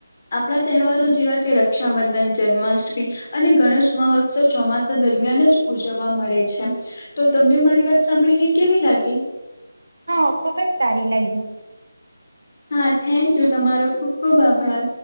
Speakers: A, on the left; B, on the right.
A: આપણા તહેવારો જેવા કે રક્ષાબંધન જન્માષ્ટમી અને ગણેશ મહોત શો ચોમાસા દરમિયાન જ ઉજવવા મળે છે તો તમને મારી વાત સાંભળી ને કેવી લાગી
B: હ ખુબ જ સારી લાગી
A: હા થેન્ક યુ તમારો ખુબ ખુબ આભાર